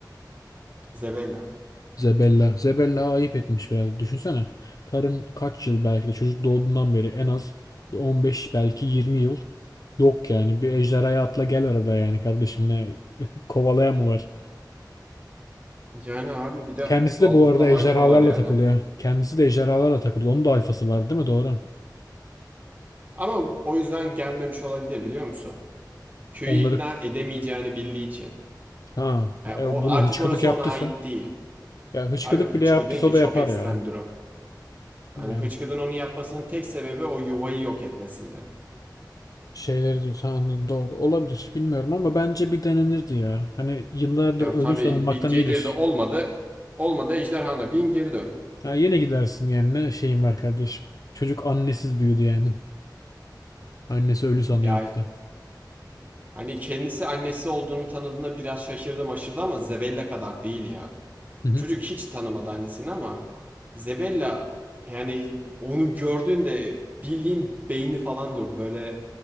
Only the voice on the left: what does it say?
Zebella. Zebella ayıp etmiş biraz. Düşünsene. Karın kaç yıl belki de çocuk doğduğundan beri en az bir 15 belki 20 yıl yok yani. Bir ejderhaya atla gel arada yani kardeşim ne <laughs> kovalayan mı var?
Kendisi
de bu arada
ejderhalarla
takılıyor. Kendisi de ejderhalarla takılıyor. Onun da alfası var değil mi? Doğru.
Onları
Ha,
ya
bunu
hıçkıdık
yaptıysa.
Ya hıçkıdık
bile yaptıysa
o da
yapar
ya.
Bilmiyorum.
Şeyleri diyorsun ha, anladım doğru. Olabilir bilmiyorum ama bence bir denenirdi ya. Hani yıllardır
ölü
sanılmaktan
iyidir.
Ha, yine gidersin yani ne şeyim var kardeşim. Çocuk annesiz büyüdü yani. Annesi ölü sanıyor
hatta.
Hı hı.